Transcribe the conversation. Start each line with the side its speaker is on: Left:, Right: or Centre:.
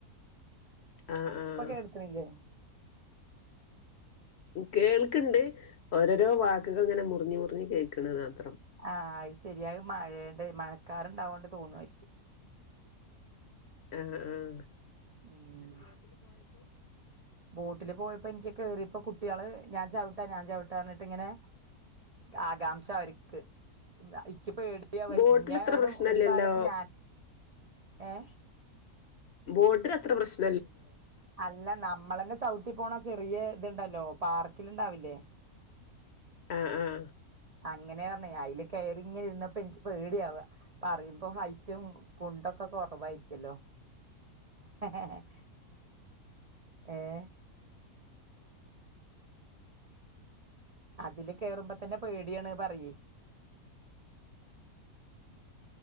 Left: ആഹ് ആഹ്
Right: ഇപ്പ കേട്ത്ത്ണില്ലേ?
Left: കേൾക്ക്ണ്ട് ഓരോരോ വാക്കുകൾ ങ്ങനെ മുറിഞ് മുറിഞ്ഞ് കേൾക്ണ്താ.
Right: ആഹ അയ്ശരി അയ്‌ മഴെണ്ട് മഴക്കാറ് ണ്ടാവോണ്ട് തോന്നായിരിക്കും.
Left: ആഹ ആഹ
Right: ഉം ബോട്ടില് പോയപ്പോ ൻക്ക് കേറിയ ഇപ്പൊ കുട്ടിയേള് ഞാൻ ചവിട്ടാ ഞാൻ ചവിട്ട പറഞ്ഞിട്ട്ങ്ങനെ ആകാംശ അവര്ക്ക്. <unintelligible> ക്ക് പേടിയവ
Left: ബോട്ടിൽ
Right: ന്നെടും
Left: അത്ര പ്രശ്നല്ലല്ലോ
Right: ഒരുഭാഗത്ത് ഞാനും ഏ.
Left: ബോട്ടിൽ അത്ര പ്രശ്ന
Right: അല്ല നമ്മളെന്നെ ചവ്ട്ടി പോണ ചെറിയ ത്ണ്ടല്ലോ പാർക്കില്ണ്ടാവില്ലേ?
Left: ആഹ ആഹ
Right: അങ്ങനെയാന്നെ അയിൽ കയറിങ്ങന്നെര്ന്നപ്പോ എനിക്ക് പേടിയാവ പറയുമ്പോ ഹൈറ്റും കു ണ്ടൊക്കെ. ഒക്കെ കുറവായിരിക്കല്ലോ? എ ഹ് ഹ ഏഹ് അതില് കേറുമ്പോ തന്നെ പേടിയാണ് പറയെ.